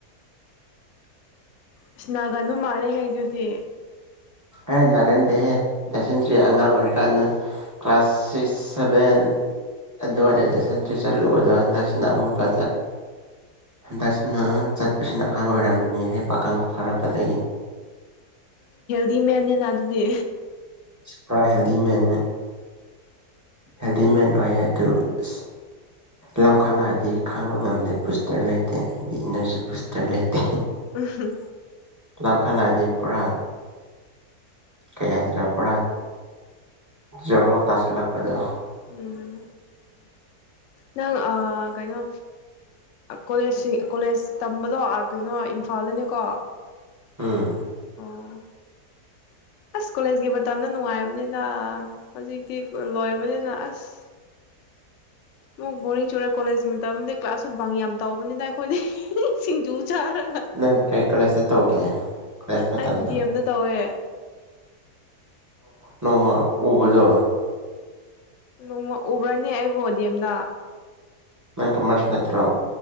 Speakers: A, on the left; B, on the right.
A: ꯏꯁ ꯅꯥꯒꯅꯨ ꯃꯥꯜꯂꯦ ꯍꯥꯏꯗꯨꯗꯤ
B: ꯑꯦ ꯅꯒꯟꯗꯦꯦ ꯅꯁꯟꯇ꯭ꯔꯤ ꯑꯉꯥꯡ ꯑꯣꯏꯔꯤꯀꯥꯟꯗ ꯀ꯭ꯂꯥꯁ ꯁꯤꯛꯁ ꯁꯚꯦꯟ ꯑꯗꯨꯋꯥꯏꯗ ꯇꯨꯁꯟꯁꯤ ꯆꯠꯂꯨꯕꯗꯣ ꯍꯟꯗꯛꯁꯤꯅ ꯑꯃꯨꯛꯀ ꯍꯟꯗꯛꯁꯤꯅ ꯆꯠꯄꯁꯤꯅ ꯑꯍꯥꯟꯕ ꯑꯣꯏꯔꯝꯒꯅꯤ ꯍꯥꯏ ꯄꯥꯈꯪ ꯐꯥꯔꯛꯄꯗꯒꯤ
A: ꯑꯗꯨ ꯃꯅꯦꯅ ꯑꯗꯨꯗꯤ
B: ꯏꯄꯨꯔꯥ ꯍꯦꯟꯗꯤ ꯃꯟ ꯍꯦꯟꯗꯤꯃꯟ ꯅꯨꯡ ꯌꯥ ꯑꯗꯨ ꯑ ꯂꯝꯈꯠꯂꯛꯑꯗꯤ ꯈꯥꯡꯕ ꯉꯝꯗꯦ ꯕꯨꯁꯇꯔ ꯂꯩꯇꯦ ꯍꯥꯏꯗꯤ ꯏꯅꯔꯖꯤ ꯕꯨꯁꯇꯔ ꯂꯩꯇꯦ
A: ꯎꯝ
B: ꯋꯥꯈꯜꯂ ꯍꯥꯏꯗꯤ ꯄꯨꯔꯥ ꯀꯌꯥꯁꯤꯗ ꯄꯨꯔꯥ ꯖꯔꯣ ꯇꯥꯁꯤꯜꯂꯛꯄꯗ
A: ꯎꯝ ꯅꯪ ꯀꯩꯅꯣ ꯀꯣꯂꯦꯖ ꯀꯣꯂꯦꯖ ꯇꯝꯕꯗꯣ ꯀꯩꯅꯣ ꯏꯝꯐꯥꯜꯗꯅꯤꯀꯣ
B: ꯑꯥ
A: ꯑ ꯑꯁ ꯀꯣꯂꯦꯖꯀꯤ ꯃꯇꯝꯗ ꯅꯨꯡꯉꯥꯏꯕꯅꯤꯗ ꯍꯧꯖꯤꯛꯇꯤ ꯂꯣꯏꯕꯅꯤꯅ ꯑꯁ ꯑꯃꯨꯛ ꯕꯣꯔꯤꯡ ꯆꯨꯔꯦ ꯀꯣꯂꯦꯖꯀꯤ ꯃꯇꯝꯗ ꯀ꯭ꯂꯥꯁꯁꯨ ꯕꯪ ꯌꯥꯝ ꯇꯧꯕꯅꯤꯗ ꯑꯩꯈꯣꯏꯗꯤ ꯁꯤꯡꯖꯨ ꯆꯥꯔꯒ
B: ꯅꯪ ꯀꯩ ꯀꯣꯂꯦꯖꯇ ꯇꯧꯒꯦ ꯀꯣꯂꯦꯖ ꯃꯇꯝꯗꯣ
A: ꯍꯥꯏꯗꯤ ꯑꯝꯇ ꯇꯧꯋꯦ
B: ꯅꯣꯡꯃ ꯎꯕꯗꯣ
A: ꯅꯣꯡꯃ ꯎꯕ꯭ꯔꯅꯦ ꯑꯩꯕꯨ ꯗꯤ ꯑꯦꯝꯗ
B: ꯅꯪ ꯀꯃꯔꯁ ꯅꯠꯇ꯭ꯔꯣ